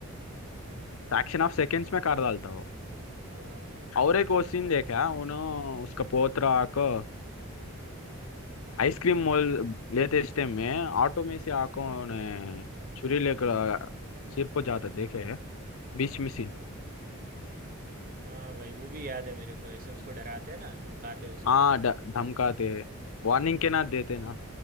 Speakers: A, on the left; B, on the right.
A: फ्रैक्शन ऑफ सेकेंड्स में कर डालता हो
B: हाँ
A: और एक वो सीन देखा उन्होंने उसका पोत्र आको आइसक्रीम मोल लेते इस टाइम में ऑटो में से आको ने छुरी लेकर सिर पर जाता देखे बीच में से
B: हाँ भाई वो भी याद है मेरे को ऐसे उसको डराते हैं ना धमकाते उसको
A: हाँ ड- धमकाते वार्निंग के ना देते ना